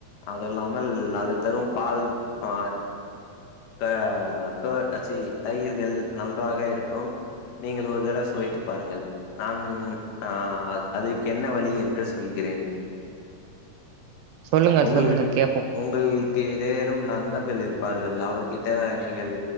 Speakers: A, on the left; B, on the right.
A: அதுல்லாமல் அது தரும் பால் ஆ க கொ அ சீ தயிர்கள் நன்றாக இருக்கும் நீங்கள் ஒரு தட சுவைத் த்து பாருங்கள் நான் அ அதுக்கு என்ன வழி என்று சொல்கிறேன்
B: சொல்லுங்கள்
A: உங்களிட
B: சொல்லுங்கள் கேப்போ
A: உங்கள்க் ஏதேனும் நண்பர்கள் இருப்பார்கள் அவுர் கிட்ட நீங்கள்